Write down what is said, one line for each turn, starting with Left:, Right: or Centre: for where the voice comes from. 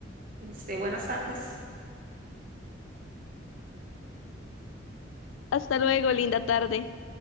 Right: Este, buenas tardes.
Left: Hasta luego, linda tarde.